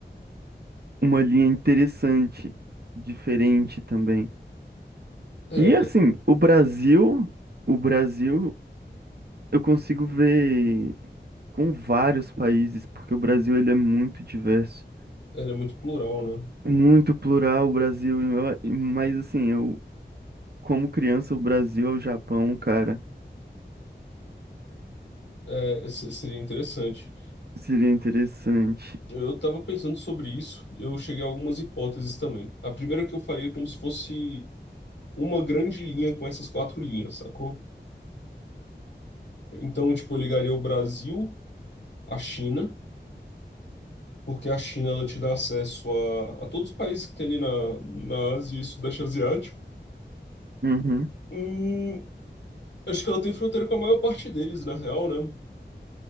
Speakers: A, on the right; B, on the left.
A: uma linha interessante, diferente também.
B: É,
A: E assim,
B: é,
A: o Brasil, o Brasil, eu consigo ver com vários países, porque o Brasil ele é muito diverso,
B: ele é muito plural, né?
A: muito plural o Brasil, e eu- a- e- mas assim, eu como criança o Brasil ao Japão, cara,
B: É, se- seria interessante.
A: seria interessante.
B: Eu estava pensando sobre isso e eu cheguei a algumas hipóteses também. A primeira que eu faria é como se fosse uma grande linha com essas quatro linhas, sacou? Então, tipo, eu ligaria o Brasil à China, porque a China ela te dá acesso a, a todos os países que tem ali na, na Ásia e Sudeste Asiático.
A: Uhum.
B: Hum, acho que ela tem fronteira com a maior parte deles, na real, né?